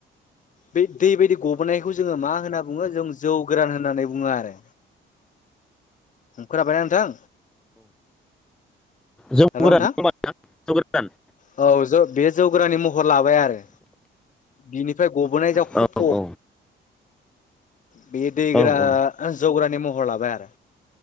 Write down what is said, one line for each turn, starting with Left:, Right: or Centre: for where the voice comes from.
Left: बै दै बायदि गबनायखौ जोङो मा होनना बुङो जों जौ गोरान होननानै बुङो आरो खोनाबायना नोंथां?
Centre: जौ
Left: हेल'
Centre: गोरान
Left: नोंथां
Centre: <unintelligible> जौ गोरान
Left: औ जो बे जौ गोराननि महर लाबाय आरो बिनिफ्राय गबोनाय जा
Centre: औ
Left: खफ'
Centre: औ
Left: बे दैग्रा
Centre: औ औ
Left: ओ जौ गोराननि महर लाबाय आरो